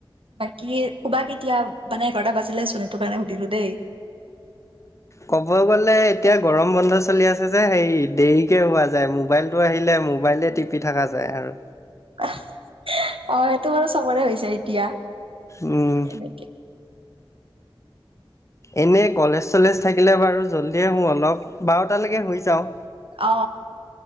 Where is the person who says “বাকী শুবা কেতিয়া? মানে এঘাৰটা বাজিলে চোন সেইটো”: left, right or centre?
Right